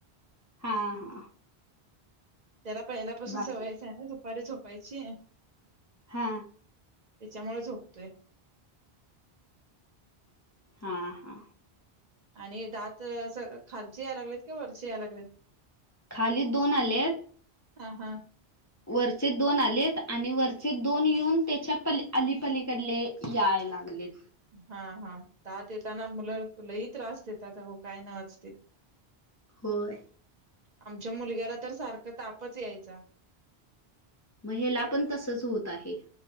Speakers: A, on the left; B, on the right.
A: हा हा
B: त्याला पहिल्या पासून
A: बाय
B: सवयच आहे ना दुपारी झोप पाहिची
A: हा
B: त्याच्यामुळे झोपतोय.
A: हा हा
B: आणि दात अस खालची यायला लागलेत कि वरची याय लागलेत.
A: खाली दोन आले
B: हा हा
A: वरचे दोन आलेत आणि वरचे दोन येऊन त्याच्या प अलीपलीकडले याय लागलेत.
B: हा हा दात येताना मुलं लई त्रास देतात आहो काय न्हवच ते.
A: होय
B: आमच्या मुलग्याला तर सारखं तापच यायचा
A: म हेला पण तसच होत आहे.